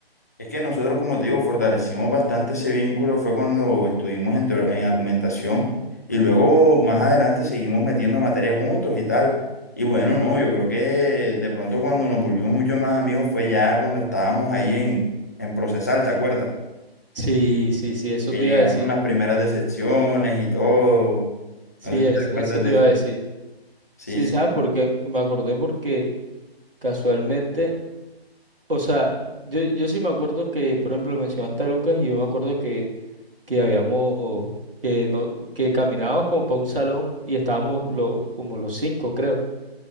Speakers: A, on the left; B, on the right.
A: Es que nosotros, como te digo, fortalecimos bastante ese vínculo, fue cuando estuvimos en, teo- en argumentación y luego más adelante seguimos metiendo materias juntos y tal. Y bueno, no, yo creo que de pronto cuando nos volvimos mucho más amigos fue ya cuando estábamos ahí en, en Procesal, ¿te acuerdas?
B: Sí, sí, sí, eso
A: Que
B: te
A: llegaron
B: iba a decir.
A: las primeras decepciones y todo.
B: Sí,
A: No sé si
B: es-
A: te acuerdas
B: eso te
A: de
B: iba
A: eso.
B: a decir.
A: Sí,
B: Sí, ¿sabes por qué? Me acordé porque casualmente, o sea, yo, yo sí me acuerdo que, por ejemplo, mencionaste a Lucas y yo me acuerdo que que habíamos, que no, que caminábamos como para un salón y estábamos lo, como los cinco, creo.